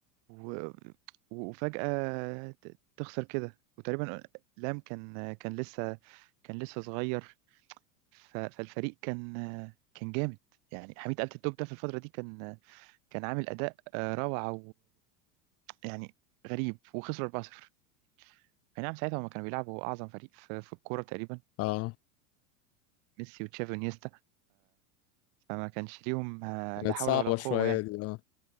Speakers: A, on the right; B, on the left.
A: و... وفجاه ت- تخسر كده وتقريبا لام كان كان لسه كان لسه صغير ف... فالفريق كان كان جامد يعني حميد آلة الدوب ده في الفتره دي كان كان عامل اداء آه، روعه ويعني غريب وخسروا 4-0 اي نعم ساعتها هما كانوا بيلعبوا اعظم فريق في, في الكوره تقريبا
B: اه
A: ميسي وتشافي ونيستا فما كانش ليهم آه،
B: كانت
A: لا حول
B: صعبة
A: ولا قوة
B: شوية
A: يعني
B: دي اه